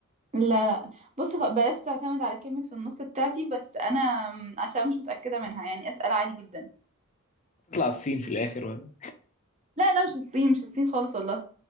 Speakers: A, on the right; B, on the left.
A: لا لا بص خ- بلاش تعتمد على كلمة في النص بتاعتي بس انا م، عشان مش متأكدة منها يعني اسأل عادي جدا
B: تطلع الصين في الآخر ولا
A: لا لا مش الصين مش الصين خالص والله